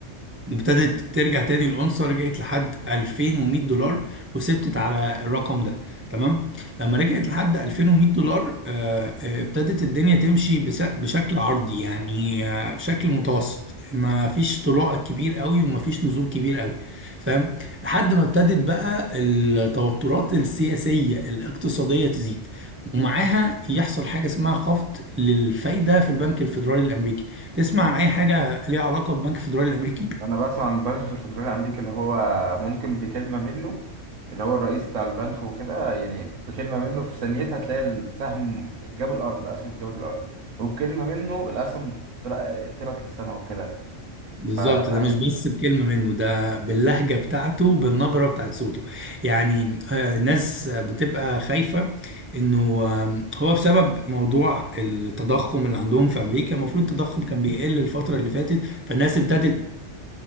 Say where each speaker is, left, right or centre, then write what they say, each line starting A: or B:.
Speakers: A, on the right (about 20°); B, on the right (about 85°).
A: ابتدت ترجع تاني الأونصة رجعت لحد 2100 دولار وثبتت على الرقم ده تمام لما رجعت لحد 2100 دولار آه، آه، ابتدت الدنيا تمشي بس- بشكل عرضي يعني آه، شكل متوسط ما فيش طلوع كبير قوي وما فيش نزول كبير قوي فاهم لحد ما ابتدت بقى التوترات السياسية الاقتصادية تزيد ومعاها يحصل حاجة اسمها خفض للفايدة في البنك الفيدرالي الأمريكي تسمع عن أي حاجة ليها علاقة بالبنك الفيدرالي الأمريكي
B: بسمع عن البنك الفيدرالي الامريكي اللي هو ممكن بكلمة منه اللي هو الرئيس بتاع البنك وكده يعني بكلمة منه في ثانيتها تلاقي السهم اتجاب الارض الاسهم اتجابت الارض وبكلمة منه الاسهم طر- طلعت للسما وكده
A: بالظبط
B: فالناس
A: ده مش بس بكلمة منه ده باللهجة بتاعته بالنبرة بتاعت صوته يعني آه، ناس آه، بتبقى خايفة انه آم، هو بسبب موضوع التضخم اللي عندهم في امريكا المفروض التضخم كان بيقل الفترة اللي فاتت فالناس ابتدت